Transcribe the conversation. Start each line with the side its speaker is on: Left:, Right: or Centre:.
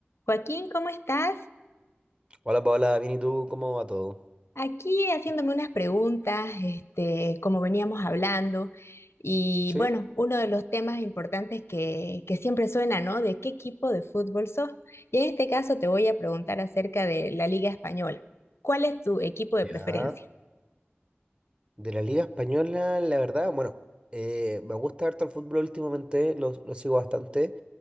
Left: Joaquín, ¿cómo estás?
Right: Hola Paola, bien y tú, ¿cómo va todo?
Left: Aquí haciéndome unas preguntas, este, como veníamos hablando, y
Right: Sí,
Left: bueno, uno de los temas importantes que, que siempre suena, ¿no? De qué equipo de fútbol sos. Y en este caso te voy a preguntar acerca de la Liga Española. ¿Cuál es tu equipo de
Right: ya.
Left: preferencia?
Right: De la Liga Española, la verdad, bueno, eh, me gusta harto el fútbol últimamente, lo, lo sigo bastante.